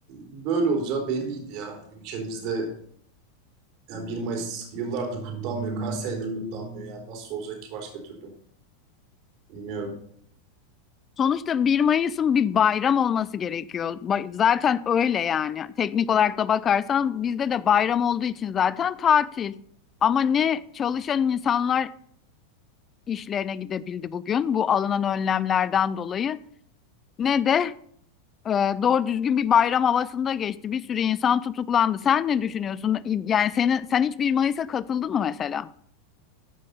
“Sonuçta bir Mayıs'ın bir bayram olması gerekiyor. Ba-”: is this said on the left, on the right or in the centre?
Left